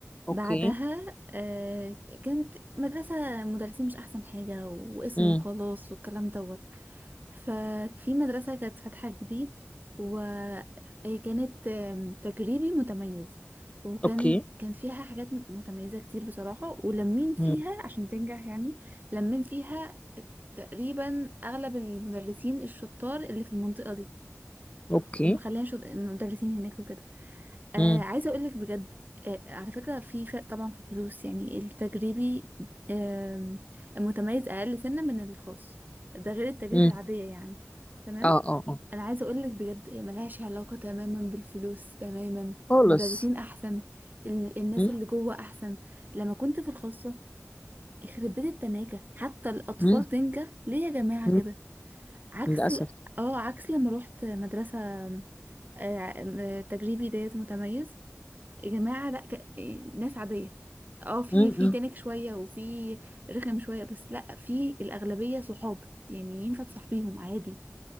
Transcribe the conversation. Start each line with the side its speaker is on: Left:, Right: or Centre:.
Right: بعدها
Left: اوكي
Right: آه كانت مدرسه مدرسين مش احسن حاجه واسمه
Left: امم
Right: خلاص والكلام دوت ففي مدرسه كانت فاتحه جديد وكانت آم، تجريبي متميز وكان
Left: اوكي
Right: كان فيها حاجات م- متميزه كتير بصراحه ولمين فيها
Left: امم
Right: عشان تنجح يعني لمين فيها تقريبا اغلب المدرسين الشطار اللي في المنطقه دي
Left: اوكي
Right: ومخليها شط... مدرسين هناك وكده آه
Left: امم
Right: عايزة أقولك بجد آه على فكرة في فرق طبعا في الفلوس يعني التجريبي آه المتميز أقل سنة من الخاص ده غير التجربة
Left: امم
Right: العادية يعني تمام
Left: اه اه اه
Right: أنا عايزة أقولك بجد هي ملهاش علاقة تماما بالفلوس تماما
Left: خالص
Right: مدرسين أحسن ال الناس
Left: امم
Right: اللي جوه أحسن لما كنت في الخاصة يخرب بيت التناجة حتى الأطفال
Left: امم
Right: تنجح ليه يا جماعة
Left: أمم.
Right: كده عكس
Left: للاسف
Right: ال- اه عكس لما روحت مدرسة آه، آه، تجريبي ديت متميز يا جماعة لا ك... ناس عادية اه في
Left: امم
Right: في
Left: أمم.
Right: تنك شوية وفي رخم شوية بس لا في الأغلبية صحاب يعني ينفع تصاحبيهم عادي